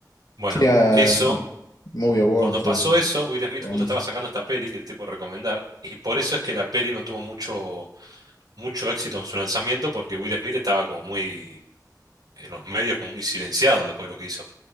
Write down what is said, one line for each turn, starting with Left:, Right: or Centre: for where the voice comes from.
Right: Bueno,
Left: Sí, a
Right: eso,
Left: sí, Movie Awards,
Right: cuando pasó
Left: eh,
Right: eso, Will Smith
Left: Grammys.
Right: justo estaba sacando esta peli que te puedo recomendar, y por eso es que la peli no tuvo mucho, mucho éxito en su lanzamiento, porque Will Smith estaba como muy en los medios, como muy silenciado después de lo que hizo.